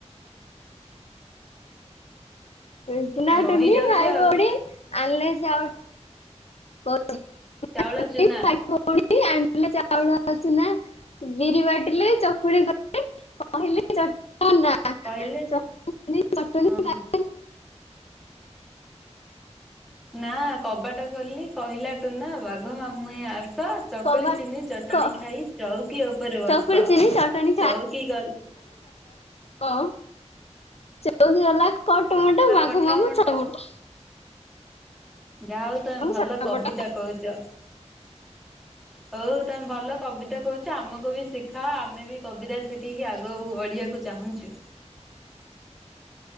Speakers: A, on the left; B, in the centre.
A: ଏ ଟୁନା
B: ରହିଯାଉଛି
A: ଟୁନି ଭାଇ
B: ଆଉ
A: ଭଉଣୀ ଆଣିଲେ ଯାଅ <inaudible> ଟୁନା
B: ଚାଉଳ
A: ଟୁନି
B: ଚୁନା
A: ଭାଇ ଭଉଣୀ ଆଣ ଆଣିଲେ ଚାଉଳ ଚୂନା ବିରି ବାଟିଲେ ଚକୁଳି କଲେ କହିଲେ ଚଟ ଅନା ଚକୁଳି
B: କହିଲେ
A: ଚିନି ଚଟଣି
B: ହଁ।
A: ଖାଇ
B: ନା କବାଟ ଖୋଲି କହିଲା ଟୁନା ବାଘ ମାମୁଁ ହେ ଆସ ତ ଚକୁଳି
A: କବା
B: ଚିନି ଚଟଣି
A: କ
B: ଖାଇ ଚଉକି ଉପରେ ବସ
A: ଚକୁଳି ଚିନି ଚଟଣି
B: ଚଉକି ଗଲ
A: କ ଚଉକି କଲା କଟ ମଟ ବାଘ
B: କଟା
A: ମାମୁଁ
B: ମଟା
A: ଛଟପଟ।
B: ଯାହା ହଉ ତମେ ଭଲ
A: ଛୋଟ
B: କବିତା
A: ପଟ
B: କହୁଛ। ହଉ ତମେ ଭଲ କବିତା କହୁଛ ଆମକୁ ବି ଶିଖାଅ ଆମେ ବି କବିତା ଶିଖିକି ଆଗକୁ ବଢିବାକୁ ଚାହୁଁଛୁ।